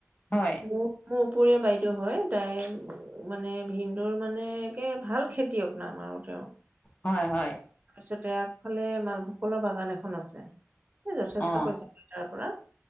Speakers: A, on the left (about 35°); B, on the right (about 30°).
A: হয়।
B: মোৰ, মোৰ উপৰীয়া বাইদেউ হয়, তাইৰ মানে, ভিনদেউৰ মানে একে, ভাল খেতিয়ক নাম আৰু তেওঁৰ।
A: হয়, হয়।
B: পিছতে আগফালে, মালভুক কলৰ বাগান এখন আছে, সেই যথেষ্ট
A: অ
B: পইছা। তাৰপৰা,